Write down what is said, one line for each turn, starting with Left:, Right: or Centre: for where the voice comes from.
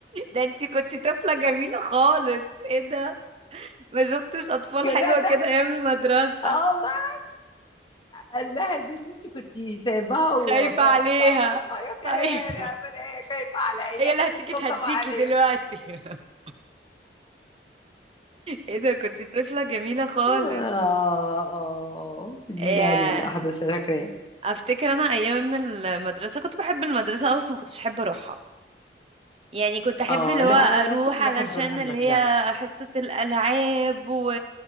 Right: ده انت كنت طفلة جميلة خالص ايه ده ما شفتش اطفال
Left: يقول
Right: حلوة
Left: لها ده
Right: كده ايام المدرسة
Left: اه والله قال لها دي اللي انت كنت سايباها وعماله
Right: خايفة عليها
Left: تعيطي
Right: ايوه
Left: هي هي خايفه على عيال
Right: هي اللي
Left: وتطبطب
Right: هتيجي تهديكي
Left: عليهم
Right: دلوقتي <laughs> ايه ده كنت طفلة جميلة خالص
Left: اه اه دي
Right: يا
Left: يعني من الاحداث اللي أنا فاكراها
Right: افتكر انا ايام المدرسة كنت بحب المدرسة أوي بس ما كنتش احب اروحها يعني كنت احب
Left: اه
Right: اللي هو
Left: لا
Right: اروح
Left: انا كنت
Right: علشان
Left: بحب اروح المدرسه
Right: اللي هي حصة الالعاب و...